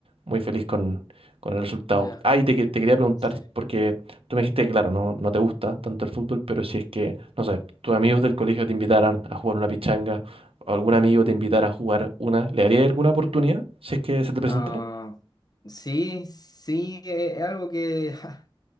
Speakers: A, on the right; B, on the left.
A: muy feliz con, con el resultado.
B: Ya.
A: Ah, y te, que- te quería preguntar,
B: sí.
A: porque tú me dijiste que, claro, no, no te gusta tanto el fútbol, pero si es que, no sé, tus amigos del colegio te invitaran a jugar una pichanga, o algún amigo te invitara a jugar una, ¿le harías alguna oportunidad si es que se te presentara?
B: Ah, sí, sí, eh, es algo que ja,